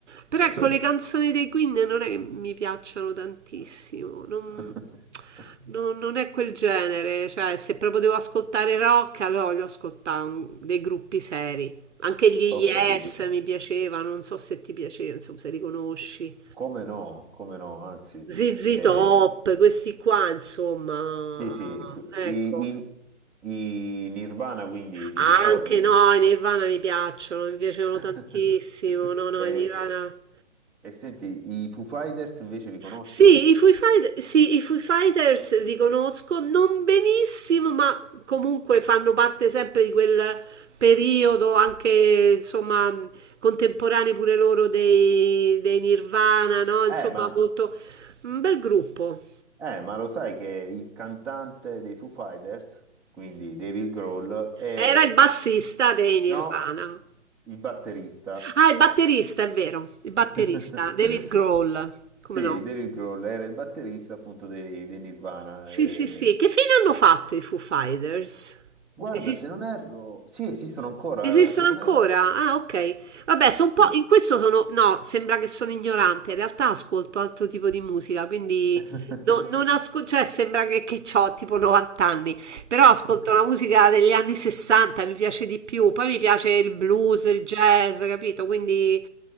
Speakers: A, on the right; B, in the centre.
A: però
B: sì.
A: ecco, Sì. le canzoni dei Queen non è che mi piacciono tantissimo, non,
B: <laughs>
A: non- non è quel genere, cioè se proprio devo ascoltare rock, allora voglio ascoltare un- dei gruppi seri. Anche gli
B: Ho
A: Yes
B: capito.
A: mi piacevano, non so se ti piaceva, insomma, se li conosci.
B: Come no, come no, anzi.
A: ZZ
B: eh,
A: Top, questi qua, insomma,
B: Sì, sì, que-
A: ecco.
B: i, i- i Nirvana quindi li
A: Anche
B: ricordi?
A: no, i Nirvana mi piacciono, mi piacevano
B: <laughs>
A: tantissimo. No, no,
B: E,
A: i Nirvana.
B: e senti, i Foo Fighters invece li conosci?
A: Sì, i Foo Fight- sì, i Foo Fighters li conosco non benissimo, ma comunque fanno parte sempre di quel periodo anche, insomma, contemporanei pure loro dei, dei Nirvana, no? Insomma,
B: Eh, ma,
A: molto un bel gruppo.
B: eh, ma lo sai che il cantante dei Foo Fighters, quindi David Grohl, è...
A: Era il bassista dei Nirvana.
B: No, il batterista.
A: Ah, il batterista, è vero, il batterista,
B: <laughs>
A: David Grohl, come
B: Sì,
A: no?
B: David Grohl era il batterista appunto dei, dei Nirvana.
A: Sì,
B: e-
A: sì, sì. Che fine hanno fatto i Foo Fighters?
B: Guarda,
A: Esiste?
B: se non erro... Sì, esistono ancora,
A: Esistono
B: e se non
A: ancora?
B: erro...
A: Ah, ok. Vabbè, sono un po'.
B: Sì.
A: In questo sono. No, sembra che sono ignorante. In realtà ascolto altro tipo di musica, quindi
B: <laughs>
A: <laughs> no- non ascolto. Cioè, sembra che, che ho tipo 90 anni. Però ascolto la musica degli anni 60, mi piace di più. Poi mi piace il blues, il jazz, capito? Quindi